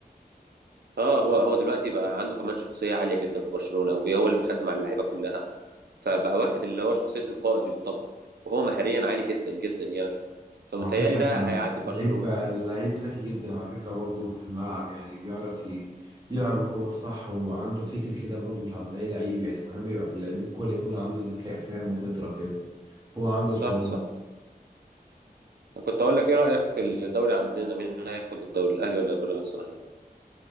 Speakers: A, on the right; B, on the right.
A: اه هو هو دلوقتي بقى عنده كمان شخصيه عاليه جدا في برشلونه او بي- هو اللي بيخدم على اللعيبه كلها فبقى واخد اللي هو شخصيه القائد يعتبر وهو مهاريا عالي جدا جدا يعني فمتهيألي
B: وعلى فكرة
A: ده هيعدي
B: لعيب
A: برشلونه
B: لعيب ذكي جدا على فكرة برضه في الملعب يعني بيعرف ي- يلعب الكور صح وعنده فكر كده برضه مش عند أي لعيب يعني مهم يبقى في اللعيب الكورة يكون عنده ذكاء فاهم وفطرة كده هو عنده
A: صح
B: الحوار
A: صح
B: ده.
A: كنت اقول لك ايه رايك في الدوري عندنا مين هياخد الدوري الاهلي ولا بيراميدز ولا لا